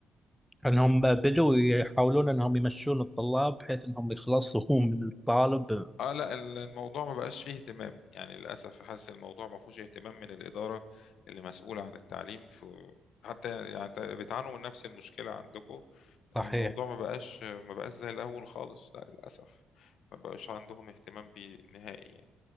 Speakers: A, in the centre; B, on the left.
A: أنهم بدوا يحاولون أنهم يمشون الطلاب بحيث أنهم يخلصوا من الطالب
B: اه لا ال- الموضوع ما بقاش فيه اهتمام يعني للاسف حاسس الموضوع ما فيهوش اهتمام من الاداره اللي مسؤوله عن التعليم في حتى يعني ت- بتعانوا من نفس المشكله عندكم
A: صحيح
B: الموضوع ما بقاش ما بقاش زي الاول خالص لا للاسف ما بقاش عندهم اهتمام بيه نهائي يعني